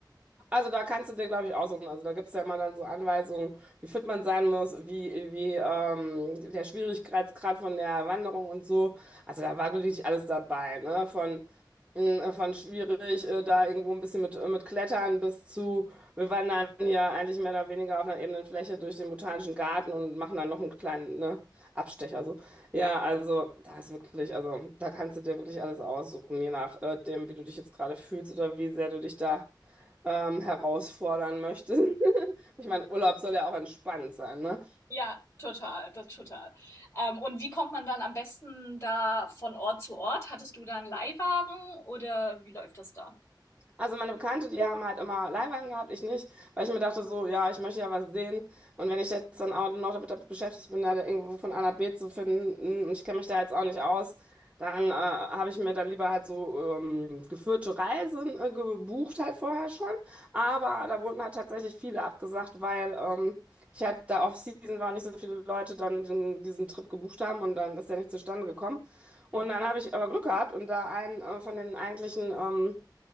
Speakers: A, on the right; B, on the left.
A: Also da kannst du dir, glaube ich, aussuchen. Also da gibt es ja immer dann so Anweisungen, wie fit man sein muss, wie, wie ähm, der Schwierigkeitsgrad von der Wanderung und so. Also da war wirklich alles dabei, ne? Von, mh, von schwierig, äh, da irgendwo ein bisschen mit, äh, mit Klettern bis zu, wir wandern hier eigentlich mehr oder weniger auf einer ebenen Fläche durch den Botanischen Garten und machen dann noch einen kleinen, ne, Abstecher. So. Ja, also da ist wirklich, also da kannst du dir wirklich alles aussuchen, je nachdem, wie du dich jetzt gerade fühlst oder wie sehr du dich da ähm, herausfordern möchte. <laughs> Ich meine, Urlaub soll ja auch entspannt sein, ne?
B: Ja, total, das total. Ähm, und wie kommt man dann am besten da von Ort zu Ort? Hattest du da einen Leihwagen oder wie läuft das da?
A: Also meine Bekannte, die haben halt immer Leihwagen gehabt, ich nicht, weil ich mir dachte so, ja, ich möchte ja was sehen. Und wenn ich jetzt dann auch noch damit, damit beschäftigt bin, da irgendwo von A nach B zu finden, und ich kenne mich da jetzt auch nicht aus, dann äh, habe ich mir dann lieber halt so ähm, geführte Reisen äh, gebucht halt vorher schon. Aber da wurden halt tatsächlich viele abgesagt, weil ähm, ich halt da off-season war und nicht so viele Leute dann den, diesen Trip gebucht haben und dann ist der nicht zustande gekommen.
B: Ja.
A: Und dann habe ich aber Glück gehabt und da einen äh, von den eigentlichen... Ähm,